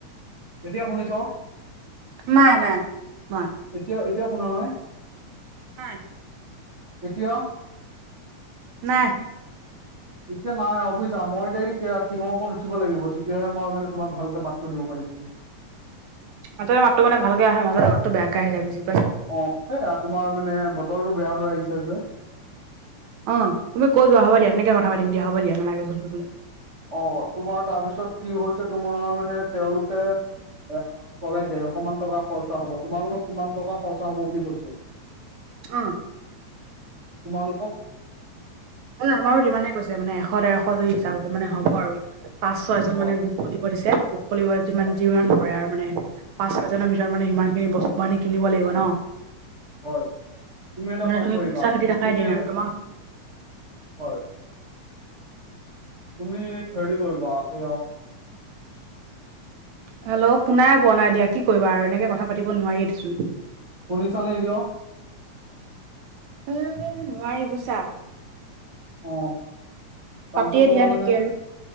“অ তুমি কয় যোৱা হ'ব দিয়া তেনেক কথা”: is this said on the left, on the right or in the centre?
Right